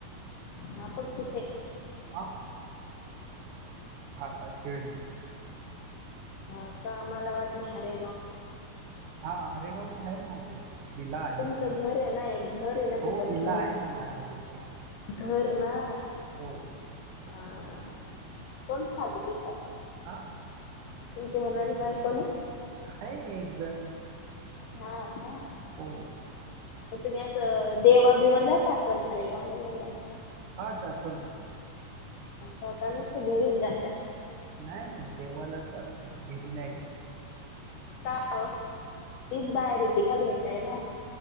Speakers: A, on the left; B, on the right.
A: ना आपण कुठे?
B: हा आशेडी <inaudible>
A: हा का? आम्हाला वाटलं हरेगाव.
B: हा हरेगऊला आहे माझे विला आहे
A: तुमचं
B: तिथे
A: घर आहे ना एक घर आहे ना
B: हो
A: तिथं
B: विला
A: घर
B: आहे ना माझ तिथे.
A: घर ना.
B: हम्
A: हा कोण <unintelligible> तिथ
B: आ.. <inaudible>
A: तुमची होणारी बायको ना?
B: आहे एकजण.
A: हा आ का?
B: हो..
A: तर तुम्ही असं देवा बिवण जात असता हारेगावला गेल्या असं
B: हा जातो ना
A: जाताना सगळीच जाता?
B: नाही नाही देवालाच जातो घरी नाही जात
A: का तीच बाहेर येत का भेटायला?